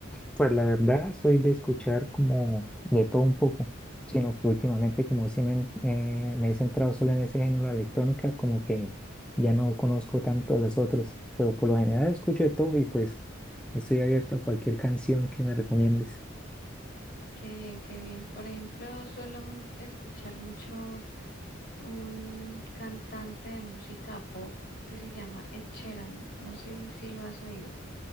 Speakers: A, in the centre; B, on the left.
A: pues la verdad soy de escuchar como de todo un poco, sino que últimamente como si me, eh, me he centrado solo en ese género de electrónica, como que ya no conozco tanto los otros, pero por lo general escucho de todo y pues estoy abierto a cualquier canción que me recomiendes.
B: Qué bien, qué bien. Por ejemplo, suelo mu- escuchar mucho un cantante de música pop que se llama Ed Sheeran. No sé si lo has oído.